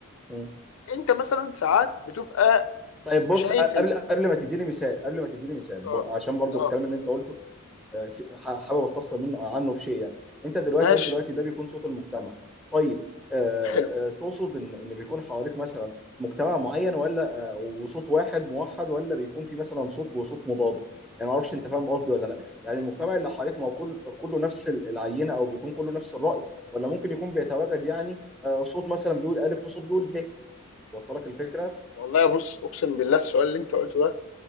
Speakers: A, in the centre; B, on the left.
A: مم.
B: انت مثلا ساعات بتبقى
A: طيب بص
B: شايف
A: أ-
B: ان
A: قبل قبل ما تديني مثال قبل ما تديني مثال
B: اه
A: ب- عشان برضو
B: اه
A: الكلام اللي انت قلته آه، في- ح- حابب استفسر منه عنه في شيء يعني انت دلوقتي
B: ماشي
A: قلت دلوقتي ده بيكون صوت المجتمع طيب آه،
B: حلو
A: آه، تقصد ان ان بيكون حواليك مثلا مجتمع معين ولا آه، وصوت واحد موحد ولا بيكون في مثلا صوت وصوت مضاد يعني ما اعرفش انت فاهم قصدي ولا لا يعني المجتمع اللي حواليك ما هو كل كله نفس العينه او بيكون كله نفس الراي ولا ممكن يكون بيتواجد يعني آه، صوت مثلا بيقول الف وصوت بيقول ب وصل لك الفكره
B: والله بص اقسم بالله السؤال اللي انت قلته ده